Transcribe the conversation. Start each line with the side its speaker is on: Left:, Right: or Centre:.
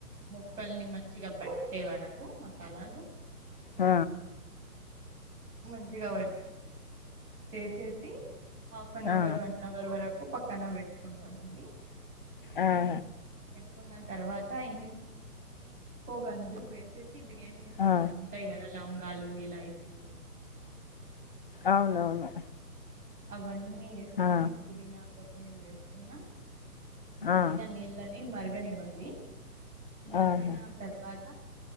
Right: ముక్కల్ని మంచిగా పట్టే వరకు మసాలాను
Left: ఆ!
Right: మంచిగా వ చేసేసి హాఫ్ అన్ అవర్
Left: ఆ!
Right: వన్ అవర్ వరకు పక్కన పెట్టుకుంటామండి
Left: ఆా
Right: కున్న తర్వాత ఇంకో గంజు వేసేసి బిర్యానీ మసాలా
Left: ఆ!
Right: ఉ ఉంటాయి కదా లవంగాాలు ఇలాయిచిలు
Left: అవునవును
Right: అవన్నీ వేసుకొని
Left: ఆ!
Right: పుదీనా కొత్తిమీర వేసుకున్నా మంచిగా
Left: ఆ!
Right: నీళ్ళని మరగనివ్వాలి మరిగిన
Left: ఆహా!
Right: తర్వాత.